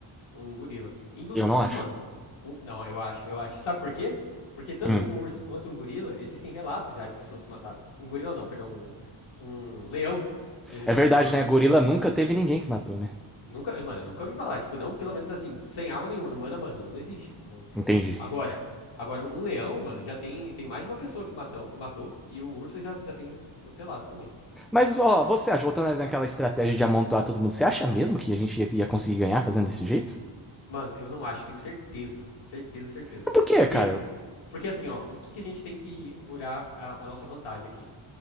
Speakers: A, on the left; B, in the centre.
A: Um gorila. Inclusive,
B: Eu não acho.
A: mano, um- não, eu acho, eu acho. Sabe por quê? Porque tanto
B: Hum.
A: um urso quanto um gorila, existem relatos já de pessoas que mataram. Um gorila não, perdão, um, um leão. Existem
B: É verdade,
A: relatos
B: né?
A: de pessoas
B: Gorila
A: que mataram.
B: nunca teve ninguém que matou, né?
A: Nunca, mano, eu nunca ouvi falar, tipo, não, pelo menos assim, sem arma nenhuma, no mano a mano, não existe. Não-
B: Entendi.
A: Agora, agora um leão, mano, já tem, tem mais de uma pessoa que matou, matou e o urso já, já tem outros relatos também.
B: Mas, ó, você acha, voltando ali naquela estratégia de amontoar todo mundo, você acha mesmo que a gente ia- conseguir ganhar fazendo desse jeito?
A: Mano, eu não acho, tenho certeza, certeza, certeza.
B: Mas por quê,
A: Porque
B: cara?
A: porque assim, ó, o que que a gente tem que olhar a, a nossa vantagem aqui?